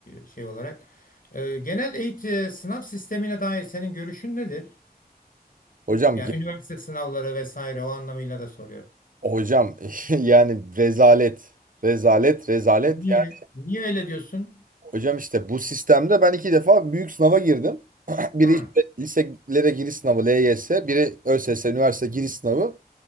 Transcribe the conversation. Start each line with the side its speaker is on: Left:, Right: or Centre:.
Left: şey olarak. E, genel eğitim sınav sistemine dair senin görüşün nedir?
Right: Hocam
Left: Yani üniversite sınavları vesaire o anlamıyla da soruyorum.
Right: Hocam <laughs> yani rezalet, rezalet, rezalet.
Left: Niye?
Right: Yani
Left: Niye öyle diyorsun?
Right: hocam işte bu sistemde ben iki defa büyük sınava girdim. <clears throat> Biri
Left: Hı.
Right: işte liselere giriş sınavı LYS, biri ÖSS üniversite giriş sınavı.